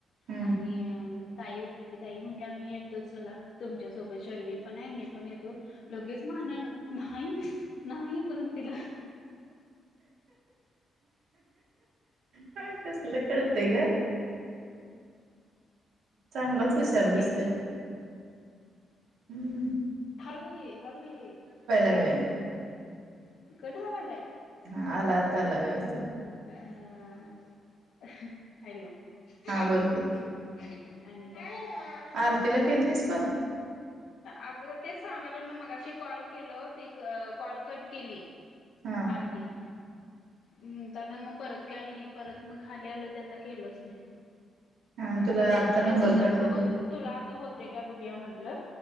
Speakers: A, on the right (about 75°); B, on the left (about 75°).
A: हम्म
B: आणि अं! ताई होत्या की ताई म्हणल्या, मी येतो चला तुमच्यासोबत शर्विल पण आहे मी पण येतो लगेच मानन नाही, नाही करून तिला
A: काय कासला कळतय ग! चांगलाच हुशार दिसतय
B: बे खरंच
A: हूं!
B: हळू ये, हळू ये, काय
A: लागलाय
B: म्हणे कठ वा लागलाय?
A: हा आला आताला व्यवस्थित.
B: <unintelligible> हूं आणि
A: हा बोल
B: काय?
A: की
B: <unintelligible>
A: आरतीला केलतीस कॉल?
B: अगं तेच सांगाले नो मगाशी कॉल केल ते कॉल कट केली
A: हं!
B: तीन! हूं ताना म परत काय नाही, परत म खाली आलं ते आता गेलोच नाही.
A: हा तुला
B: म तेच
A: आता
B: म्हनलं
A: नंबर
B: तुझ्या
A: पाठवले
B: बरोबर तुला आता होते का बघुया म्हंटलं